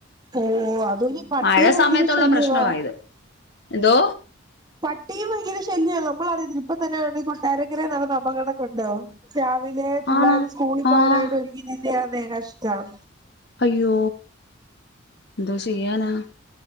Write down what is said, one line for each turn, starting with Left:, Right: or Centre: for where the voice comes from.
Right: ഓ അതുപോലെ ഈ പട്ടിയും
Left: മഴ
Right: ഭയങ്കര
Left: സമയത്തുള്ള
Right: ശല്യവാ
Left: പ്രശ്നമായിത് എന്തോ
Right: പട്ടിയും ഭയങ്കര ശല്യവാ നമ്മളറിയത്തില്ല ഇപ്പൊ തന്നെ ഈ കൊട്ടാരക്കര നടന്ന അപകടം കണ്ടോ രാവിലെ പുള്ളാര്
Left: ആണോ
Right: സ്കൂളിൽ പോവാനായിട്ട്
Left: ആഹ്
Right: ഒരുങ്ങി നിന്ന ആന്നെ കഷ്ടം
Left: അയ്യോ എന്തോ ചെയ്യാനാ